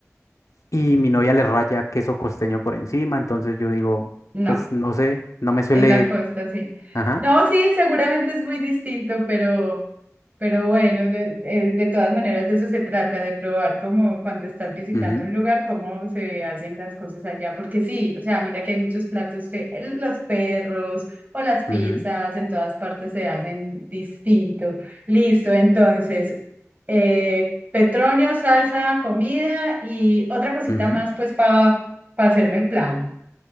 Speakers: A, on the left (about 75°); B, on the right (about 35°).
A: Y mi novia le raya queso costeño por encima. Entonces yo digo,
B: No.
A: pues no sé, no me suele...
B: En la costa, sí.
A: Ajá.
B: No, sí, seguramente es muy distinto, pero, pero bueno, de, eh, de todas maneras de eso se trata, de probar como cuando estás visitando
A: ujú,
B: un lugar, cómo se hacen las cosas allá. Porque sí, o sea, mira que hay muchos platos que el- los perros o las pizzas
A: ujú,
B: en todas partes se hacen distinto. Listo, entonces, eh, Petronio, salsa, comida y otra cosita
A: ujú.
B: más, pues, para hacerme el plan.